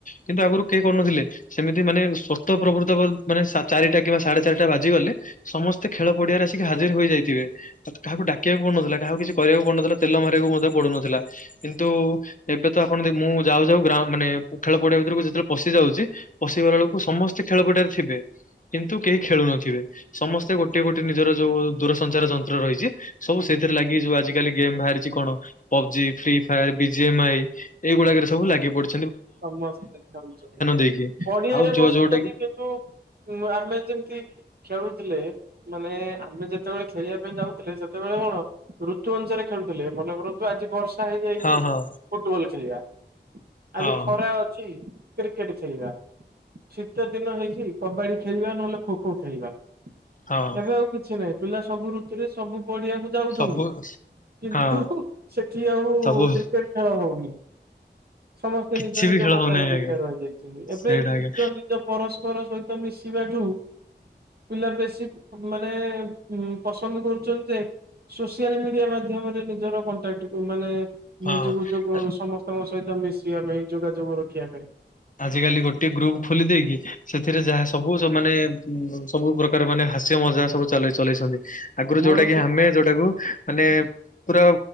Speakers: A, on the left; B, on the right.
A: କିନ୍ତୁ ଆଗରୁ କେହି କରୁନଥିଲେ। ସେମିତି ମାନେ ସତ ପ୍ରଭୃତ ବୋଲ ମାନେ ଚାରିଟା କିମ୍ବା ସାଢେ ଚାରିଟା ବାଜି ଗଲେ ସମସ୍ତେ ଖେଳ ପଡିଆରେ ଆସିକି ହାଜିର ହୋଇଯାଇ ହୋଇଥିବେ। ଆ, କାହାକୁ ଡାକିବାକୁ ପଡୁନଥିଲା। କାହାକୁ କିଛି କରିବାକୁ ପଡୁନଥିଲା ତେଲ ମାରିବାକୁ ମଧ୍ୟ ପଡୁନଥିଲା। କିନ୍ ତୁ, ଏବେ ତ ଆପଣ ଦେ- ମୁଁ ଯାଉ ଯାଉ ଗ୍ରା ମାନେ ଉ, ଖେଳ ପଡିଆ ଭିତରକୁ ଯେତେବେଳେ ପଶି ଯାଉଚି ପଶିିବାର ବେଳକୁ ସମସ୍ତେ ଖେଳପଡିଆରେ ଥିବେ। କିନ୍ତୁ କେହି ଖେଳୁ ନଥିବେ। ସମସ୍ତେ ଗୋଟେ ଗୋଟେ ନିଜର ଯୋଉ ଦୂରସଞ୍ଚାର ଯନ୍ତ୍ର ରହିଛି ସବୁ ସେଥିରେ ଲାଗି ଯୋଉ ଆଜିକାଲି ଗେମ୍ ବାହାରିଛି କଣ PUBG, free fire, BGM I ଏଇଗୁଡାକରେ ସବୁ ଲାଗି ପଡି
B: ତ ମସ୍ତ ତ ଖାଉଛ।
A: ଦେଇକି
B: ପଡିଆରେ
A: ଆଉ ଯୋଉ
B: ବସୁଛନ୍ତି
A: ଯୋଉଟା କି
B: କିନ୍ତୁ ଆମେ ଯେମିତି ଖେଳୁଥିଲେ ମାନେ ଆମେ ଯେତେବେଳେ ଖେଳିବା ପାଇଁ ଯାଉଥିଲେ ସେତେବେଳେ କଣ ଋତୁ ଅନୁସାରେ ଖେଳୁଥିଲେ, ମନେ କରନ୍ତୁ ଆଜି ବର୍ଷା ହେଇଯାଇଛି
A: ହଁ ହଁ
B: ଫୁଟବଲ ଖେଳିବା। ଆଜି
A: ହଁ
B: ଖରା ଅଛି। କ୍ରିକେଟ ଖେଳିବା ଶୀତ ଦିନ ହେଇଛି କବାଡି ଖେଳିବା ନହେଲେ ଖୋ ଖୋ ଖେଳିବା।
A: ହଁ
B: ଏବେ ଆଉ କିଛି ନାହିଁ ପିଲା ସବୁ ଋତୁରେ ସବୁ ପଡିଆକୁ ଯାଉଛନ୍ତି
A: ସବୁ
B: କିନ୍ତୁ
A: ହଁ
B: ସେଠି ଆଉ
A: ସବୁ
B: କ୍ରିକେଟ ଖେଳ ହଉନି। ସମସ୍ତେ
A: କିଛି
B: ନିଜ ନିଜ
A: ବି ଖେଳ
B: ମୋବାଇଲ
A: ହଉନାହିଁ
B: ଭିତରେ
A: ଆଜ୍ଞା
B: ରହିଯାଇଛନ୍ତି, ଏବେ
A: ସେଇଟା
B: ନିଜ
A: ଆଜ୍ଞା
B: ନିଜ ପରଶ୍ ପର ସହିତ ମିଶିବା ଠୁ ପିଲା ବେଶୀ ମାନେ ପସନ୍ଦ କରୁଛନ୍ତି ଯେ ସୋସିଆଲ ମିଡିଆ ମା ଆମର ନିଜର କଣ୍ଟାକ୍ଟ କୁ ମାନେ ନିଜକୁ
A: ହଁ
B: ଯୋଗ ସମସ୍ତଙ୍କ ସହିତ ମିଶିବା ପାଇଁ ଯୋଗାଯୋଗ ରଖିବା ପାଇଁ।
A: ଆଜିକାଲି ଗୋଟେ ଗ୍ରୁପ ଖୋଲି ଦେଇକି ସେଥିରେ ଯାହା ସବୁ ମାନେ ସବୁ ପ୍ରକାର ମାନେ ହାସ୍ୟ ମଜା ସବୁ ଚଲେଇ-ଚଲେଇଛନ୍ତି, ଆଗରୁ
B: ମଣିଷ
A: ଯୋଉଟା କିି ଆମେ ଯୋଉଟାକୁ ମାନେ ପୁରା